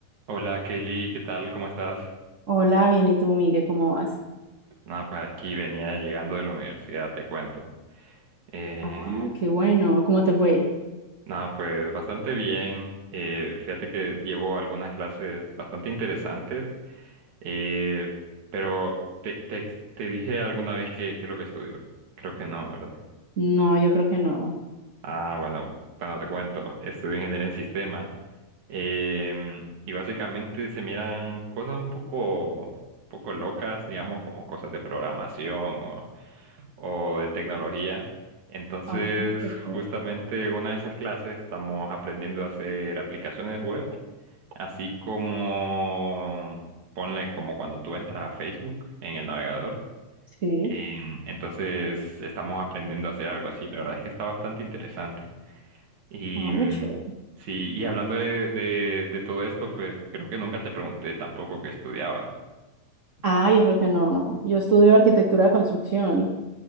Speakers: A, on the right; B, on the right.
A: Hola Kelly, ¿qué tal? ¿Cómo estás?
B: Hola, bien, ¿y tú, Miguel? ¿Cómo vas?
A: Nada, pues aquí venía llegando de la universidad, te cuento. Eh,
B: Ah, qué bueno. ¿Cómo te fue?
A: nada, pues bastante bien. Eh, fíjate que llevo algunas clases bastante interesantes, eh, pero te, te, te dije alguna vez que, que es lo que estudio. Creo que no, ¿verdad?
B: No, yo creo que no.
A: Ah, bueno, bueno, te cuento. Estudio ingeniería en sistemas. em, y básicamente se miran cosas un poco, un poco locas, digamos, como cosas de programación o o de tecnología. Entonces,
B: Ah, qué chévere.
A: justamente una de esas clases estamos aprendiendo a hacer aplicaciones web, así como, ponle como cuando tú entras a Facebook en el navegador.
B: Sí.
A: Em, Entonces, estamos aprendiendo a hacer algo así. La verdad es que está bastante interesante. Y
B: Ah,
A: mm,
B: muy chévere.
A: sí, y hablando de, de, de todo esto, pues creo que nunca te pregunté tampoco qué estudiabas.
B: Ah, yo creo que no, no. Yo estudio arquitectura de construcción.